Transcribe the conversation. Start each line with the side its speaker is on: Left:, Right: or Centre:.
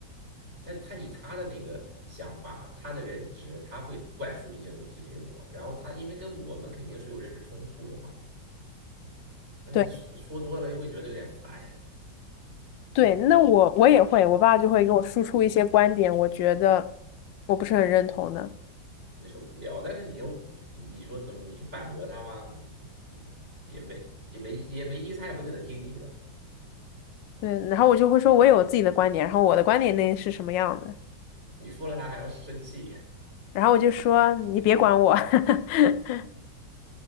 Right: 她她以她的那个想法、她的认知，她会灌输一些东西给我。然后她因为跟我们肯定是有认识冲突的嘛，嗯，
Left: 对
Right: 说说多了又会觉得有点烦，
Left: 对，那我我也会，我爸就会给我输出一些观点，我觉得我不是很认同的。
Right: 接受不了。但是你又你说怎么你去反驳她吗？<laughs> 也没也没也没意思，她也不可能听你的。
Left: 对，然后我就会说，我有我自己的观点，然后我的观点那是什么样的，
Right: 你说了他还要生气，
Left: 然后我就说你别管我。<laughs>